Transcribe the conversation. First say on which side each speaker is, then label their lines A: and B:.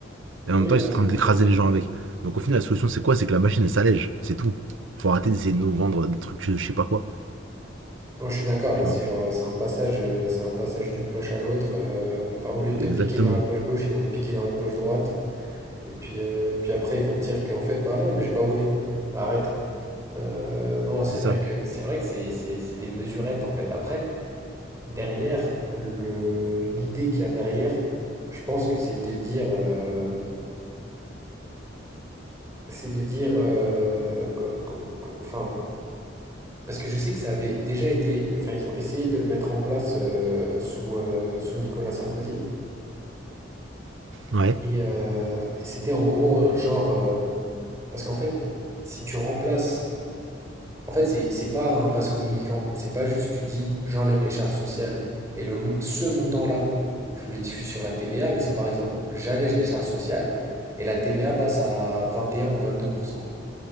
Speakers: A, on the right (about 90°); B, on the right (about 15°).
A: Et en
B: Oui,
A: même temps,
B: non,
A: ils sont en
B: c'est
A: train d'écraser
B: sûr.
A: les gens avec. Donc au final, la solution, c'est quoi C'est que la machine, elle s'allège. C'est tout. Il Faut arrêter d'essayer de nous vendre des trucs, je je sais pas quoi.
B: Moi, je suis d'accord, là,
A: Tu
B: c'est
A: vois.
B: genre, c'est un passage, euh, c'est un passage d'une poche à l'autre. euh, Enfin, au lieu de te
A: Exactement.
B: piquer dans la poche gauche, ils vont te piquer dans la poche droite. Et puis, euh, et puis après, ils vont te dire qu'en fait, bah non, mais j'ai pas volé. Bah, arrête. Euh, non, c'est
A: C'est
B: vrai
A: ça.
B: que c'est vrai que c'est c'est- c'est des mesurettes en fait. Après, derrière, le, l'idée qu'il y a derrière, je pense que c'est de dire, euh, c'est de dire, euh, que- que- que- enfin, parce que je sais que ça avait déjà été, enfin, ils ont essayé de le mettre en place euh, sous euh, sous Nicolas Sarkozy.
A: Ouais.
B: Et, euh, et c'était en gros un genre, euh, parce qu'en fait, si tu remplaces En fait, c'est c'est pas un vase communicant. C'est pas juste tu dis j'enlève les charges sociales et le mon- ce montant-là, je le diffuse sur la TVA, mais c'est par exemple j'allège les charges sociales et la TVA passe à 21 ou 22%.